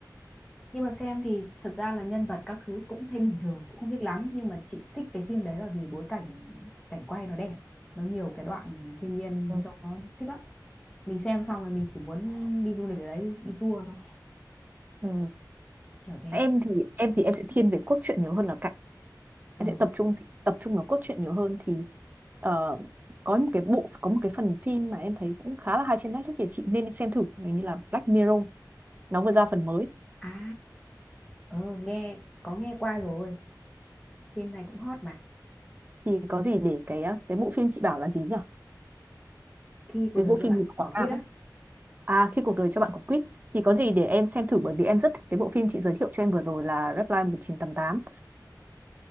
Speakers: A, in the centre; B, on the right (about 25°).
A: nhưng mà xem thì thật ra là nhân vật các thứ cũng thấy bình thường, cũng không thích lắm. Nhưng mà chị thích cái phim đấy là vì bối cảnh, cảnh quay nó đẹp. Nó nhiều cái đoạn thiên nhiên
B: Ừ.
A: trông nó thích lắm. Mình xem xong rồi mình chỉ muốn đi du lịch ở đấy, đi tour thôi.
B: ừ.
A: Kiểu thế.
B: em thì em thì em sẽ thiên về cốt truyện nhiều hơn là cảnh
A: Ờ,
B: em sẽ tập trung tập trung vào cốt truyện nhiều hơn thì ờ, có một cái bộ có một cái phần phim mà em thấy cũng khá là hay trên Netflix thì chị nên xem thử hình như là Black Mirror nó vừa ra phần mới
A: à, ờ, nghe, có nghe qua rồi. Phim này cũng hot mà.
B: thì có gì để cái cái bộ phim chị bảo là gì nhỉ
A: Khi cuộc
B: cái
A: đời
B: bộ
A: cho
B: phim
A: bạn
B: gì của
A: quả
B: Quảng
A: quýt
B: Nam
A: á.
B: ấy À, khi cuộc đời cho bạn quả quýt thì có gì để em xem thử bởi vì em rất thích cái bộ phim chị giới thiệu cho em vừa rồi là Reply 1988.